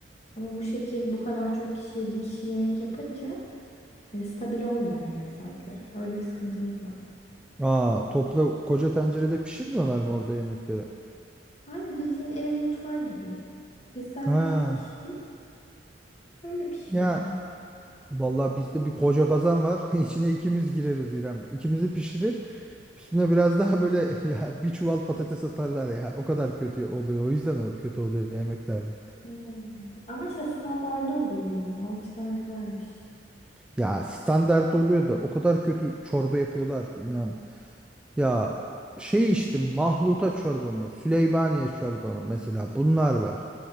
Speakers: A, on the left (about 40°); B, in the centre.
A: Ama bu şekil bu kadar çok kişiye bir kişi yemek yapınca hani stabil olmuyor yemek saatleri. Öyle bir sıkıntımız var.
B: Aa, topla koca tencerede pişirmiyorlar mı orada yemekleri?
A: Hayır bildiğin ev mutfağı gibi. Biz zaten
B: Ha.
A: az kişiyiz. Öyle pişiyor
B: Ya
A: yani.
B: Vallahi bizde bir koca kazan var. <laughs> İçine ikimiz gireriz İrem. İkimizi pişirir. Üstüne biraz daha böyle <laughs> ya bir çuval patates atarlar ya. O kadar kötü oluyor. O yüzden o kötü oluyor yemeklerde.
A: Hmm, Ama işte standardı oluyor yemeğin. O açıdan güzelmiş.
B: Ya standart oluyor da o kadar kötü çorba yapıyorlar ki inan. Ya şey içtim mahluta çorba mı? Süleymaniye çorba mı? Mesela bunlar var.